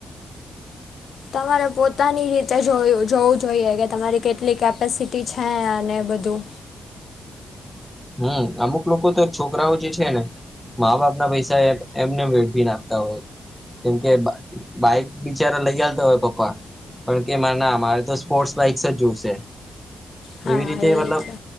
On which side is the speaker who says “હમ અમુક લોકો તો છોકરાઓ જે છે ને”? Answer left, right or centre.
Centre